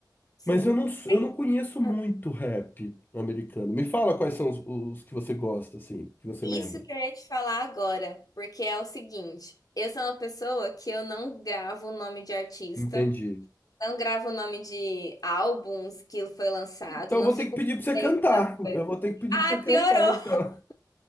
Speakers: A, on the left (about 60°); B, on the left (about 25°).
A: Sim.
B: Mas eu não, eu não conheço muito
A: Ah,
B: rap americano. Me fala quais são os, os que você gosta, assim, que você
A: Isso
B: lembra.
A: que eu ia te falar agora, porque é o seguinte, eu sou uma pessoa que eu não gravo o nome de artista,
B: Entendi.
A: não gravo o nome de álbuns que foi lançado,
B: Então
A: não
B: eu vou
A: fico
B: ter que pedir
A: por
B: pra você
A: dentro
B: cantar.
A: das coisas.
B: Eu vou ter que pedir
A: Ah,
B: pra você cantar,
A: piorou!
B: então.